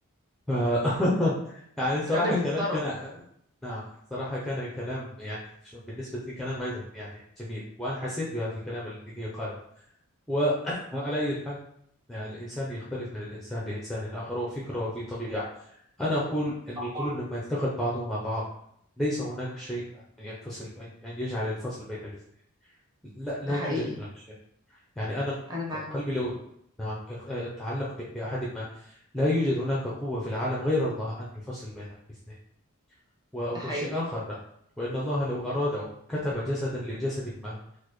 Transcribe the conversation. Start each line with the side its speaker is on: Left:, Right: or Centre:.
Centre: ف... <laughs> يعني صراحة
Right: راجل
Centre: الكلام
Right: محترم
Centre: كان نعم صراحة كان كلام يعني ش- بالنسبة لي كلام أيضا يعني جميل وأنا حسيت بهذا الكلام الذي هي قالت وعلى <coughs> أي حال يعني الإنسان يختلف من الإنسان لإنسان آخر وفكره وفي طبيعة أنا أقول إن
Right: أخبارك؟
Centre: القلوب لما التقت بعضهما بعض ليس هناك شيء أن ينفصل أن أن يجعل الفصل بين الاثنين لا لا
Right: ده حقيقي
Centre: توجد هناك شيء يعني أنا
Right: انا معاك
Centre: ق- قلبي لو نعم يق- آه، تعلق ب- بأحد ما لا يوجد هناك قوة في العالم غير الله أن يفصل بين الاثنين وشيء
Right: ده حقيقي
Centre: آخر وإن الله لو أراده كتب جسدا لجسد ما